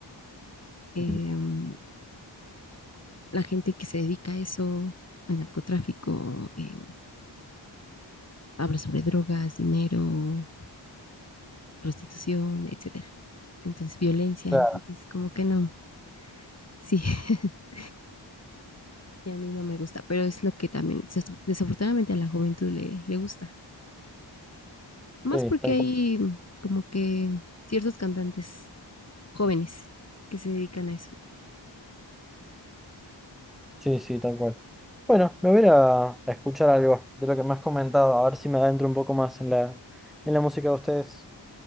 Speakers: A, on the left; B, in the centre.
A: Eh,
B: Mm.
A: mm, la gente que se dedica a eso, al narcotráfico, eh, habla sobre drogas, dinero, prostitución, etcétera. Entonces, violencia,
B: Claro.
A: entonces, como que no. Sí, <laughs> Y a mí no me gusta, pero es lo que también desaf- desafortunadamente a la juventud le, le gusta. Más
B: Sí,
A: porque
B: tal
A: hay
B: cual.
A: como que ciertos cantantes jóvenes que se dedican a eso.
B: Sí, sí, tal cual. Bueno, me voy a ir a a escuchar algo de lo que me has comentado, a ver si me adentro un poco más en la, en la música de ustedes.